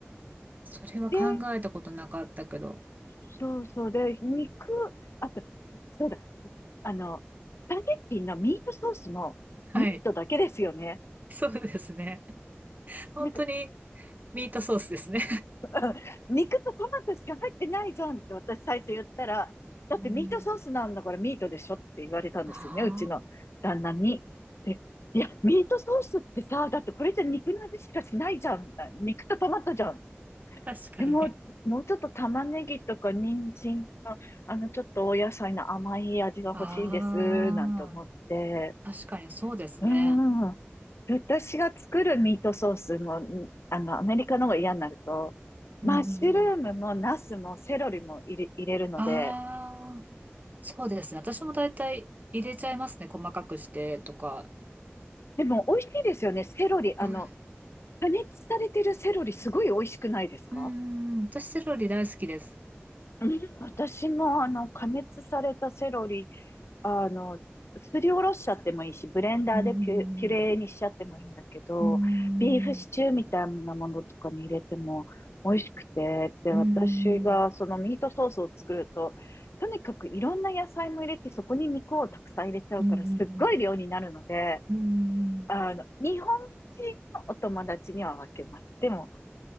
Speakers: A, on the right; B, on the left.
A: それは考えたことなかったけど。
B: で、そうそう。で、肉、あと、そうだ、あの、スパゲッティのミートソースもミートだけですよね。
A: はい。そうですね。本当に
B: なんか
A: ミートソースですね。
B: <laughs> うん肉とトマトしか入ってないじゃんって私最初言ったら、だってミートソースなんだからミートでしょって言われたんですよね、
A: うん。あ
B: うちの旦那に。で、いや、ミートソースってさ、だってこれじゃ肉の味しかしないじゃん、みたいな。肉とトマトじゃん。
A: あ、確かに。
B: え、もう、もうちょっと玉ねぎとか人参の、あの、ちょっとお野菜の甘い味が欲しいです、
A: あ
B: なんて思って。
A: あ、確かにそうですね。
B: うん。私が作るミートソースも、んあの、アメリカの方が嫌になると、
A: うん。
B: マッシュルームもナスもセロリも入れ、入れるので、
A: ああー。そうですね。私も大体入れちゃいますね。細かくしてとか。
B: でも美味しいですよね。セロリ、あの、
A: おい
B: 加熱されてるセロリすごい美味しくないですか
A: うん、私セロリ大好きです。
B: うん、私もあの、加熱されたセロリあの、すりおろしちゃってもいいし、ブレンダーでピュ、
A: うん、
B: ピュレーにしちゃってもいいんだけど、
A: うん、
B: ビーフシチューみたいなものとかに入れても美味しくて、で、
A: うん、
B: 私がそのミートソースを作ると、とにかくいろんな野菜も入れて、そこに肉をたくさん入れちゃうから、
A: うん、
B: すっごい量になるので、
A: うん。
B: あの、日本人のお友達には分けます。でも、